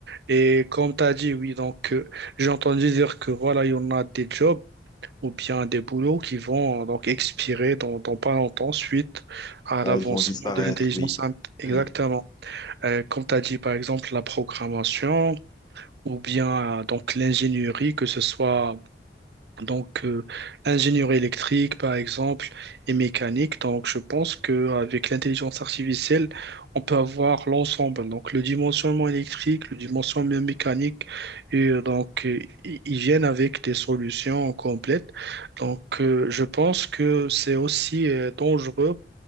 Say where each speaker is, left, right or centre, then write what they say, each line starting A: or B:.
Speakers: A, on the right (about 65°); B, on the left (about 25°).
A: Et comme tu as dit, oui, donc euh, j'ai entendu dire que voilà, il y en a des jobs ou bien des boulots qui vont euh, donc expirer dans, dans pas longtemps suite à
B: ouais,
A: l'avancement
B: ils vont disparaître,
A: de l'intelligence.
B: oui,
A: int- Exactement.
B: oui,
A: Euh, comme tu as dit, par exemple, la programmation ou bien euh, donc l'ingénierie, que ce soit. Donc, euh, ingénierie électrique, par exemple, et mécanique. Donc, je pense qu'avec l'intelligence artificielle, on peut avoir l'ensemble. Donc, le dimensionnement électrique, le dimensionnement mécanique, et euh, donc, euh, ils ils viennent avec des solutions complètes. Donc, euh, je pense que c'est aussi euh, dangereux